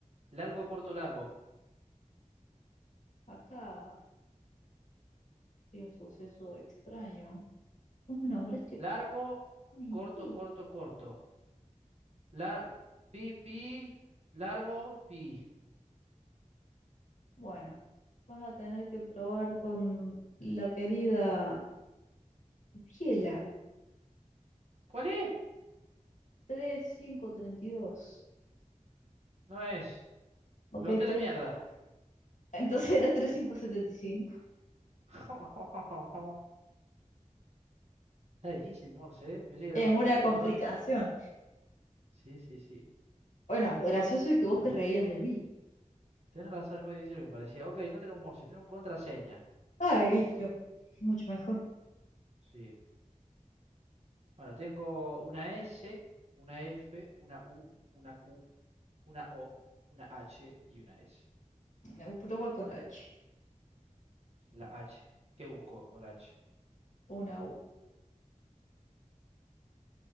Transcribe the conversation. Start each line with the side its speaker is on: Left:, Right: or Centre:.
Right: Largo, corto, largo.
Left: Acá hay un suceso extraño. Un hombre este
Right: Largo,
Left: único.
Right: corto, corto, corto. La, pi, pi, largo, pi.
Left: Bueno, vas a tener que probar con la querida Biela.
Right: ¿Cuál es?
Left: treinta y cinco treinta y dos,
Right: No es.
Left: Ok,
Right: Floté
Left: tres,
Right: la mierda.
Left: <laughs> Entonces era treinta y cinco. setenta y cinco.
Right: <laughs> Está difícil, Morse, ¿eh? Pensé que
Left: Es
Right: era más
Left: una
Right: corto,
Left: complicación.
Right: más rápido. Sí, sí, sí.
Left: Bueno, lo gracioso es que vos
Right: Bueno.
Left: te reías de mí.
Right: Tenés razón, es muy difícil lo que parecía. Ok, no tenemos Morse, tenemos contraseña.
Left: Ay, yo. Mucho mejor.
Right: Sí. Bueno, tengo una S, una F, una U, una Q, una O, una H y una S.
Left: Eh, Prueba con la H.
Right: La H. ¿Qué busco con la H?
Left: Una U.